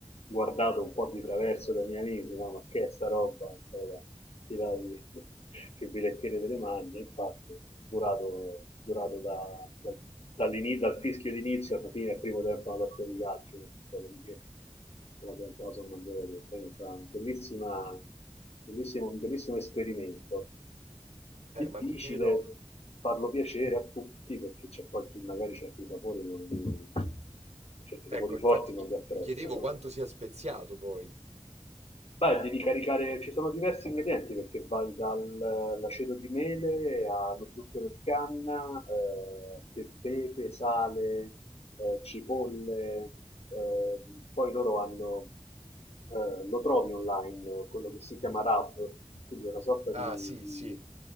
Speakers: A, on the left; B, on the right.
A: guardato un po' di traverso dai miei amici, no? Ma che è sta roba? Ragazzi, tiratevi <laughs> che vi leccherete delle mani. E infatti, durato, durato da, da- dall'ini- dal fischio d'inizio alla fine del primo tempo una partita di calcio, dopodiché se la, se la sono mangiata tutta. Quindi è stata una bellissima, bellissimo, un bellissimo esperimento.
B: Eh,
A: Difficile
B: ma mi chiedo,
A: farlo piacere a tutti perché c'è poi chi magari certi sapori non li, certi
B: ecco,
A: sapori forti
B: infatti mi,
A: non li apprezzano.
B: mi chiedevo quanto sia speziato poi.
A: Beh, devi caricare, ci sono diversi ingredienti perché vai dall'aceto di mele allo zucchero di canna, eh, pe- pepe, sale, eh, cipolle, eh, poi loro hanno, eh, lo trovi online, quello che si chiama rub, quindi è una sorta
B: Ah
A: di,
B: sì,
A: di-
B: sì, E